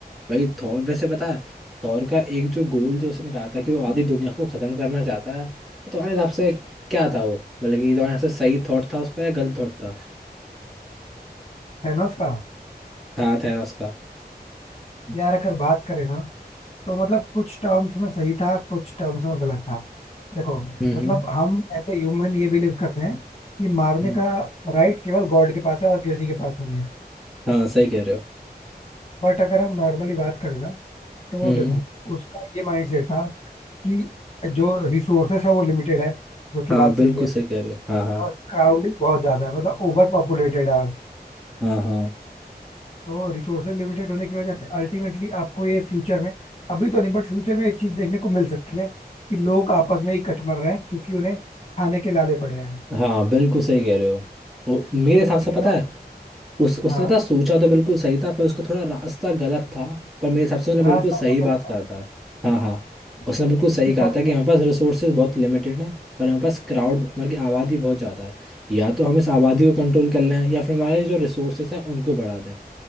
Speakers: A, in the centre; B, on the left.
A: भाई थॉर वैसे पता है थॉर का एक जो गोल जो उसने कहा था कि वो आधी दुनिया को खत्म करना चाहता है तो तुम्हारे हिसाब से क्या था वो मतलब कि तुम्हारे हिसाब से सही थॉट था उसका या गलत थॉट था
B: है ना उसका
A: हाँ थैनोस का
B: यार अगर बात करें ना तो मतलब कुछ टर्म्स में सही था कुछ टर्म्स में गलत था देखो
A: हम्म हम्म
B: मतलब हम ऐसे ह्यूमन ये बिलीव करते हैं कि मारने
A: हम्म।
B: का राइट केवल गॉड के पास है और किसी के पास नहीं है
A: हाँ सही कह रहे हो
B: बट अगर हम नॉर्मली बात करें ना तो
A: हम्म
B: देखो
A: हम्म।
B: उसका ये माइंडसेट था कि जो रिसोर्सेस है वो लिमिटेड है जो कि
A: हाँ
B: बात
A: बिल्कुल
B: सही है
A: सही कह रहे हो हाँ हाँ
B: और क्राउडेड बहुत ज्यादा है मतलब ओवर पॉपुलेटेड है
A: हाँ हाँ
B: तो रिसोर्सेज लिमिटेड होने की वजह से अल्टीमेटली आपको ये फ्यूचर में अभी तो नहीं बट फ्यूचर में ये चीज देखने को मिल सकती है कि लोग आपस में ही कटमर रहे हैं क्योंकि उन्हें खाने के लाले पड़े हैं
A: हाँ बिल्कुल सही कह रहे हो और मेरे हिसाब
B: तो
A: से
B: थेनो
A: पता है उस उसने
B: हाँ
A: था सोचा तो बिल्कुल सही था पर उसका थोड़ा रास्ता गलत था पर मेरे हिसाब से उसने बिल्कुल
B: रास्ता
A: सही
B: उसका
A: बात
B: गलत था
A: कहा था हाँ हाँ
B: तो
A: उसने बिल्कुल सही
B: उसके
A: कहा
B: पास
A: था कि हमारे पास रिसोर्सेज बहुत लिमिटेड हैं पर हमारे पास क्राउड मतलब कि आबादी बहुत ज़्यादा है या तो हम इस आबादी
B: हम,
A: को कंट्रोल कर लें या फिर हमारे जो रिसोर्सेज हैं उनको बढ़ा दें